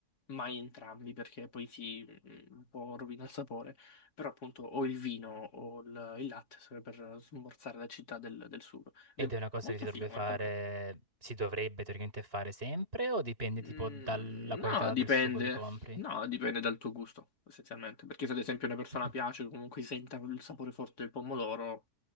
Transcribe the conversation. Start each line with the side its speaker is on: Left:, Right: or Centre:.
Left: mai entrambi perché poi si mm, un po' rovina il sapore, però appunto o il vino o il, il latte serve per smorzare l'acidità del, del sugo.
Right: Ed
Left: Ed è
Right: è una cosa
Left: molto
Right: che si dovrebbe
Left: figo come
Right: fare,
Left: cosa.
Right: si dovrebbe teoricamente fare sempre o dipende tipo
Left: Mm,
Right: dalla qualità
Left: no, dipende.
Right: del sugo che compri?
Left: No, dipende dal tuo gusto, essenzialmente. Perché se ad esempio una persona
Right: <clears throat>
Left: piace o comunque senta il sapore forte del pomodoro,